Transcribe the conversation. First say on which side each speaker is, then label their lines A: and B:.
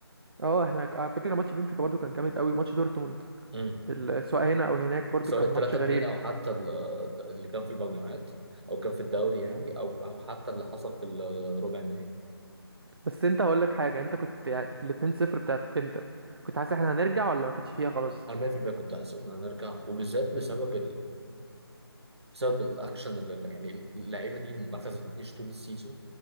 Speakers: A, on the right; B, on the right.
A: اه احنا ك- على فكره ماتش بنفيكا برضو كان جامد قوي ماتش دورتموند
B: امم
A: ال- سواء هنا او هناك برضو
B: سواء
A: كان
B: ال
A: ماتش
B: 3
A: غريب
B: 2 او حتى ال- اللي كان في المجموعات او كان في الدوري يعني او او حتى اللي حصل في الربع النهائي
A: بس انت هقول لك حاجه انت كنت يعني في الاتنين صفر بتاعت انتر كنت حاسس احنا هنرجع ولا ما كانتش فيها خلاص
B: انا 100% كنت هحسب ان انا نرجع وبالذات بسبب بسبب الاكشن اللي يعني اللعيبه دي ما خذتنيش طول السيزون